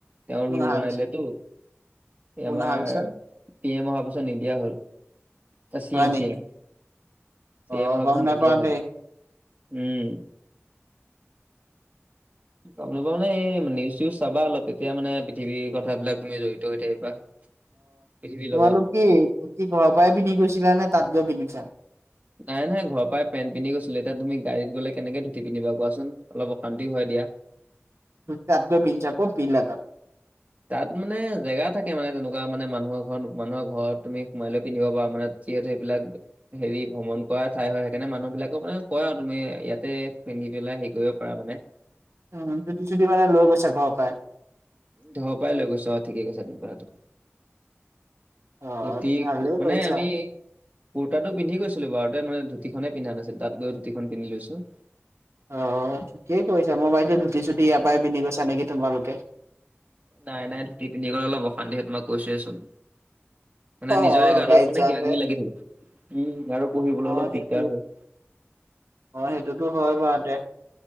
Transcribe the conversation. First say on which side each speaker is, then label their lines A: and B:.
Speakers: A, on the right; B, on the right.
A: তেওঁ
B: কোন
A: ৰোল
B: অহাৰ
A: বনাইলেতো
B: পিছত
A: এই
B: কোন
A: আমাৰ
B: অহাৰ পিছত
A: তিনি এমাহৰ পিছত নিদিয়া হ'ল চি
B: হয়
A: এম -চি
B: নেকি
A: এম -চি
B: অ'
A: এম -অহাৰ
B: গম
A: পিছত
B: নাপাওঁ
A: নিদিয়া হ'ল
B: দেই
A: উম গমো পা মানে নিউজ চউজ চাবা অলপ এতিয়া মানে পৃথিৱীৰ কথাবিলাক তুমি জড়িত হৈ থাকিবা পৃথিৱীৰ
B: তোমালোক
A: লগত
B: কি ধুতি ঘৰৰ পৰাই পিন্ধি গৈছিলা নে তাত গৈ পিন্ধিছা
A: নাই -নাই -ঘৰ পৰাই পণ্ট পিন্ধি গৈছিল এতিয়া তুমি গড়ী গলে কেনেকে ধুতি পিন্ধিবা কোৱাচোন অলপ অশান্ত হয় দিয়া
B: তাতগৈ পিধিচা কত পিন্ধিছা তাত
A: তাত মানে জেগা থাকে মে তেনেকুৱা মানে মানুহৰ ঘৰত মানুহৰ ঘৰত তুমি সোমাই পিন্ধিব পাৰা মানে যিহেতু এইবিলাক হেৰি ভ্ৰমণ কৰা ঠাই হয় সেইকাৰণে মানুহ বিলাকেও মানে কয় আৰু তুমি ইয়াতে পিন্ধি পেলাই হেৰি কৰিব পাৰা মানে
B: উম যুদি চুদি মানে লৈ বৈছোক ঘৰ পায়।
A: ধৰ পাই লৈ গৈছ অ ঠিকে আছে তু তো
B: অ
A: ততি
B: ভালেই
A: মানে
B: কৰিছা
A: আমি কুৰ্তটোিন্ধি গৈো বাৰতে মান ধুতিনে পন্া নাছিল তাত গৈ ধুতিখন পিধি লৈছো।
B: অ, ঠিকেই কৈছা মই বাইদেউ ধুতিছদি ইয়াৰ পৰাই পিন্ধিৈছা নেকি তোমালোকে।
A: নাই -নাই -ধুতি পিন্ধি গলে অল অশান্তি হয় তোাক কৈছোৱেছোন। মানে
B: অ
A: নিজৰে গাটো
B: গাড়ীত
A: মানে
B: যাওঁতে
A: কিবা কিবি লাগি থাক উম আৰু পঢ়িবলৈ
B: অ
A: অলপ
B: সেইটো
A: দিগদাৰ হয়।
B: অ, সেইটোতো হয় বাৰু দে